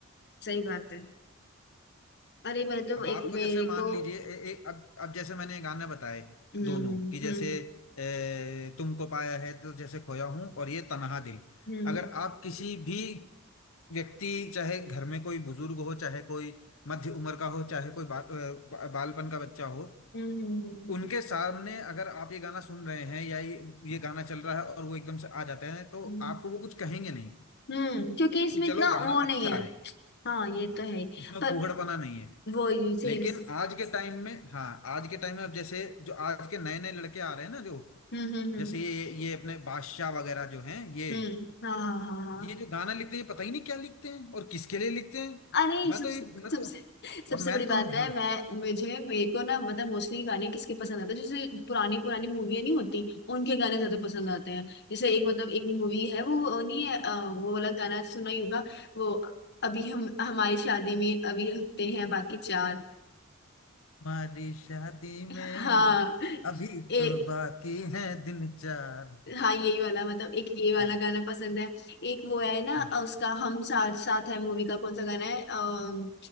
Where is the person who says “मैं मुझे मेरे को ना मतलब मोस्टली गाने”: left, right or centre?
Left